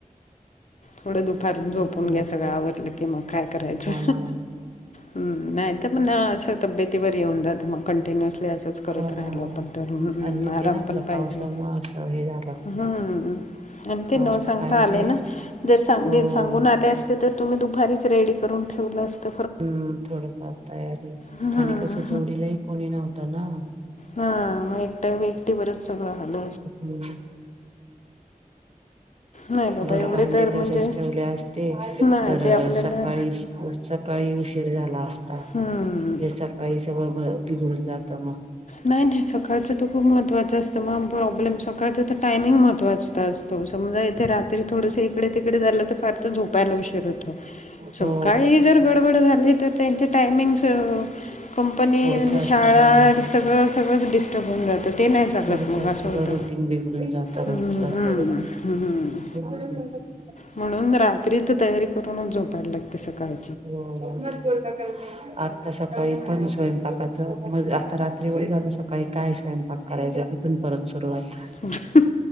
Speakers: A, on the left; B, on the right.
A: थोडं दुपार झोपून
B: नको
A: घ्या
B: नको.
A: सगळं आवडलं की मग काय करायचं.
B: हो ना
A: हम्म नाही तर पण असं तब्येतीवर येऊन जातं मग कंटिन्युअस आपण असंच करत
B: हो ना
A: राहिलो पण तर
B: आणि
A: आराम
B: ते ना
A: पण
B: खरं
A: पाहिजे.
B: पावसामुळे हे झालं.
A: हम्म आणि ते
B: पाऊस
A: न सांगता
B: तर पाहिजे
A: आले ना जर सांग
B: हो
A: सांगून आले असते तर तुम्ही दुपारीच रेडी करून ठेवलं असत.
B: हम्म थोडफार तयारी
A: हम्म
B: आणि कसं जोडीलाही कोणी नव्हतं ना.
A: ह मग एकट एकटी वरच सगळं आल.
B: हम्म.
A: नाही बाबा
B: बर
A: एवढे
B: भांडे
A: तर
B: तशच
A: म्हणजे
B: ठेवले असते
A: नाही
B: तर
A: ते आपल्याला
B: सकाळी ढ सकाळी उशीर झाला असता
A: हम्म
B: हे सकाळी सगळं बिघडून जातं मग.
A: नाही नाही सकाळचं तर खूप महत्त्वाचं असतं मग प्रॉब्लेम सकाळचं तर टायमिंग महत्त्च अस असं तो समजा इथे रात्री थोडंस इकडे तिकडे झालं तर फार तर झोपायला उशीर होतो सकाळी
B: हो
A: जर गडबड झाली तर त्यांचे टायमिंग्स कंपनी
B: पुढचा
A: आणि शाळा
B: सगळा
A: सगळं सगळंच डिस्टर्ब होऊन जात. ते नाही चालत
B: पुढचा
A: मग
B: सगळं
A: अस होत
B: रुटीन बिघडून जात रोजच
A: हम्म हम्म हम्म.
B: <inaudible>
A: म्हणून रात्री तर तयारी करूनच झोपायला लागते सकाळ.
B: <inaudible> आता सकाळी पण स्वयंपाकाचं मग आता रात्री एवढे झालं सकाळी काय स्वयंपाक करायच्या तिथून परत सुरुवात
A: <inaudible>